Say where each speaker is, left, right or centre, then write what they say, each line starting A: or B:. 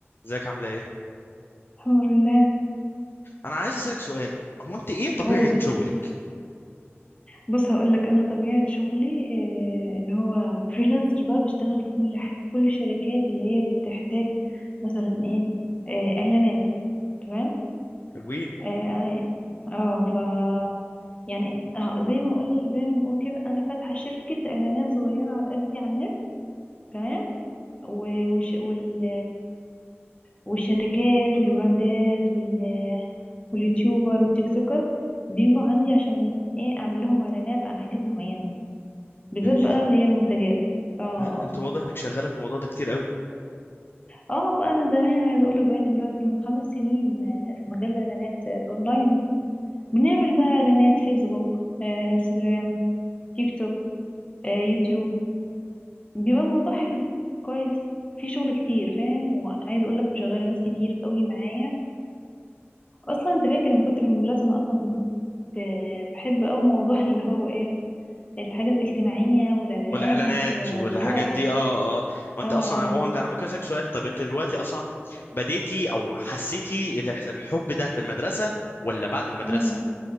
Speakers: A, on the left; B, on the left.
A: ازيك عامله ايه
B: الحمد لله
A: انا عايز اسالك سؤال هو انت ايه طبيعه
B: قول
A: شغلك
B: بص هقول لك انا طبيعه شغلي آه، اللي هو فريلانسر بقى بشتغل في كل ح... في كل الشركات اللي هي بتحتاج مثلا ايه آه، اعلانات تمام
A: حلوين
B: اه آه، آه، ف يعني آه، زي ما اقول زي ما بنقول كده انا فاتحه شركه اعلانات صغيره على قدي على النت تمام و- وش... وال... والشركات والبراندات وال... واليوتيوبر والتيك توكر بيجوا عندي عشان ايه اعمل لهم اعلانات عن حاجات معينه بالذات
A: جميل
B: بقى اللي هي المنتجات اه
A: لا
B: اه
A: انت واضح انك شغاله في الموضوع ده كتير قوي
B: اه بقى من زمان عايزه اقول لك بقالي دلوقتي من خمس سنين آه، في مجال الاعلانات آه، الاونلاين ده بنعمل بقى اعلانات فيسبوك آه، انستجرام تيك توك آه، يوتيوب بيبقى الموضوع حلو كويس في شغل كتير فاهم وعايزه اقول لك مشغله ناس كتير قوي معايا اصلا انت فاكر لما كنت في المدرسه انا اصلا كنت آه، بحب قوي موضوع <laughs> اللي هو ايه الحاجات الاجتماعيه والاعلانات
A: والاعلانات
B: واللوح
A: والحاجات دي اه اه وانت
B: اه اه
A: اصلا هو
B: آه.
A: انت انا ممكن اسالك سؤال طب انت دلوقتي اصلا بديتي او حسيتي ال- الحب ده في المدرسه ولا بعد المدرسه
B: مم.